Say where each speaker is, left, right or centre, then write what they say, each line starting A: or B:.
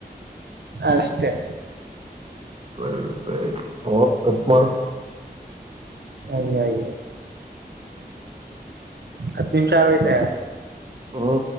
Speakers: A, on the right; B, on the right.
A: ಅಷ್ಟೇ
B: ಸಸೆ ಅವ ಗಟ್ಬಡ
A: ಹಾಗೆ ಹಾಗೆ ಹತ್ತು ನಿಮಿಷ ಆಗೈತೆ
B: ಹಾ